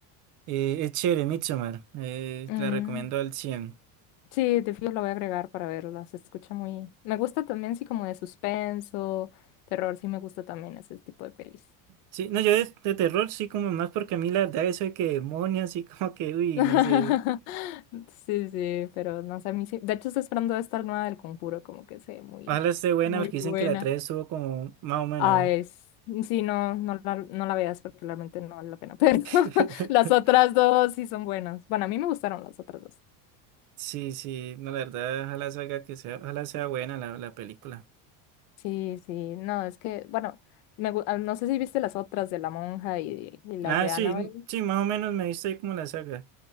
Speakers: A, on the right (about 45°); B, on the left (about 75°).
A: eh, es chévere, Midsommar, eh,
B: mm.
A: te la recomiendo al cien
B: Sí, de fijo la voy a agregar para verla. Se escucha muy... Me gusta también, sí, como de suspenso, terror, sí me gusta también ese tipo de pelis.
A: Sí, no, yo de, de terror sí como más porque a mí la verdad eso de que demonios sí como que, uy,
B: <laughs>
A: no sé.
B: Sí, sí, pero no sé, a mí sí... De hecho, estoy esperando esta nueva del Conjuro, como que se muy,
A: Ojalá esté buena
B: muy
A: porque
B: buena.
A: dicen que la tres estuvo como más o menos.
B: Ah, es... Sí, no, no la, no la veas porque realmente no vale la pena, pero
A: <laughs>
B: <laughs> las otras dos sí son buenas. Bueno, a mí me gustaron las otras dos.
A: Sí, sí, no, la verdad, ojalá salga que sea, ojalá sea buena la, la película.
B: Sí, sí, no, es que, bueno, me, gu- ah, no sé si viste las otras de La Monja y, y las
A: Ah,
B: de
A: sí,
B: Annabelle.
A: sí, más o menos me viste ahí como la saga.